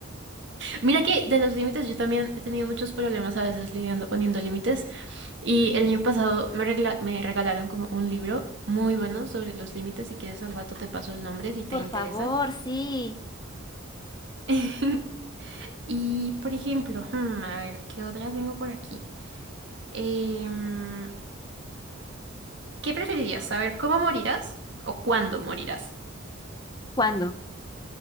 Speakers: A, on the right; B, on the left.
A: Mira que de los límites yo también he tenido muchos problemas a veces lidiando poniendo límites y el año pasado me, regla- me regalaron como un libro muy bueno sobre los límites. Si quieres al rato te paso el nombre si te
B: Por
A: interesa.
B: favor, sí.
A: <laughs> Y por ejemplo, hmm, a ver, ¿qué otra tengo por aquí? Em, ¿qué preferirías? ¿Saber cómo morirás o cuándo morirás?
B: ¿Cuándo?